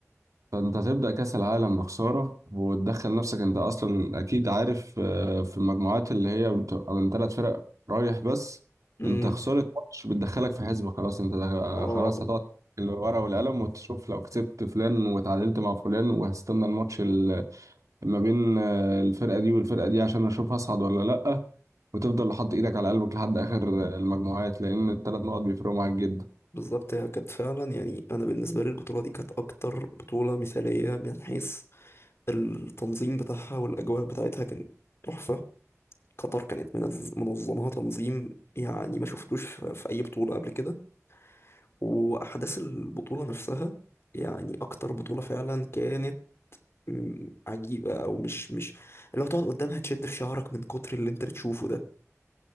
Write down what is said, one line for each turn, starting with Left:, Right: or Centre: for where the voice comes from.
Right: فانت هتبدأ كأس العالم بخسارة وتدخل نفسك انت اصلا اكيد عارف آه، في المجموعات اللي هي بتبقى من ثلاث فرق رايح بس
Left: امم
Right: انت خسارة ماتش بتدخلك في حسبة خلاص انت دخ-
Left: اه
Right: خلاص هتقعد الورقة والقلم وتشوف لو كسبت فلان وتعادلت مع فلان وهستنى الماتش ال- ما بين آه، الفرقة دي والفرقة دي عشان اشوف هصعد ولا لأ وتفضل حاطط ايدك على قلبك لحد اخر آه، المجموعات لان الثلاث نقط بيفرقوا معاك جدا
Left: بالظبط هي كانت فعلا يعني انا بالنسبه لي البطوله دي كانت اكتر بطوله مثاليه من حيث التنظيم بتاعها والاجواء بتاعتها كانت تحفه قطر كانت منز- منظمها تنظيم يعني ما شفتوش في في اي بطوله قبل كده واحداث البطوله نفسها يعني اكتر بطوله فعلا كانت م- عجيبه او مش مش اللي هتقعد قدامها تشد في شعرك من كتر اللي انت بتشوفه ده